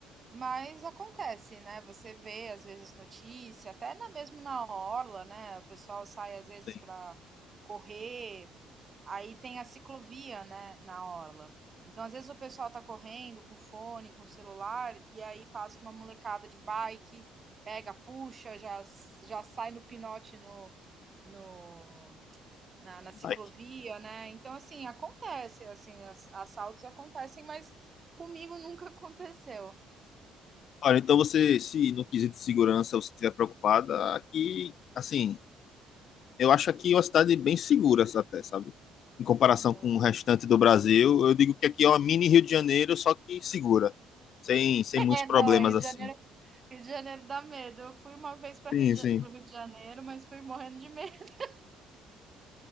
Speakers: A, on the right; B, on the left.
A: Mas acontece, né, você vê às vezes notícia, até na mesmo na orla, né, o pessoal sai às vezes
B: Tem
A: para correr, aí tem a ciclovia, né, na orla. Então às vezes o pessoal tá correndo com fone, com celular, e aí passa uma molecada de bike, pega, puxa, já já sai no pinote no no na na ciclovia,
B: bike?
A: né. Então assim, acontece, assim, ass assaltos acontecem, mas comigo nunca aconteceu.
B: Olha, então você, se no quesito de segurança você estiver preocupada, aqui, assim, eu acho aqui uma cidade bem segura até, sabe? Em comparação
A: Aham.
B: com o restante do Brasil, eu digo que aqui é uma mini Rio de Janeiro, só que segura, sem, sem muitos
A: É,
B: problemas
A: não, Rio
B: assim.
A: de Janeiro Rio de Janeiro dá medo. Eu fui uma vez para
B: Sim,
A: Rio de Ja
B: sim.
A: para o Rio de Janeiro, mas fui morrendo de medo. <laughs>